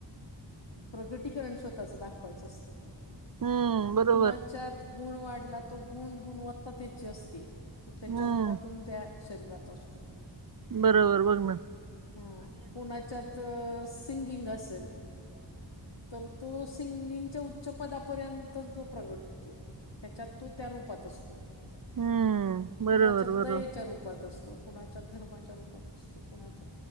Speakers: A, on the left (about 65°); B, on the right (about 50°).
A: प्रगतीकरण स्वतःच दाखवायचं असतं.
B: हम्म बरोबर
A: कुणाच्यात गुण वाढला तो गुण गुणवत्तातेची असती. तो त्याच्या
B: हम्म
A: रूपातून त्या शरीरात असतो.
B: बरोबर ब बर मन..
A: हू कुण्याच्यात सिंगिंग असेल तर. तो सिंगिंगच्या उच्च पदापर्यंत तो प्रगट होतो.. त्याच्यात तो त्या रूपांत असंतो..
B: हम्म बरोबर
A: कुणाच्या
B: बरोबर
A: दयेच्या रूपात असतो, कुणाच्या धर्माच्या रूपात असंतो. कोणाच्या,